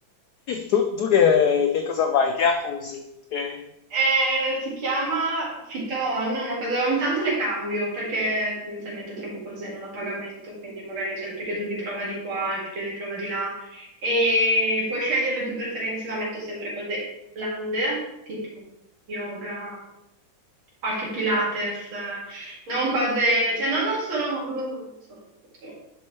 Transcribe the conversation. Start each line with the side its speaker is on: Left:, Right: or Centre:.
Left: Tu, tu che, che cosa fai? Che app usi? Che-
Right: Eh, si chiama Fiton, una cosa, ogni tanto le cambio perché tendenzialmente trovo cose non a pagamento, quindi magari c'è il periodo di prova di qua, il periodo di prova di là e puoi scegliere le tue preferenze, ma metto sempre cose blande, tipo yoga, qualche Pilates, eh, non cose, cioè no, non sono, non sono molto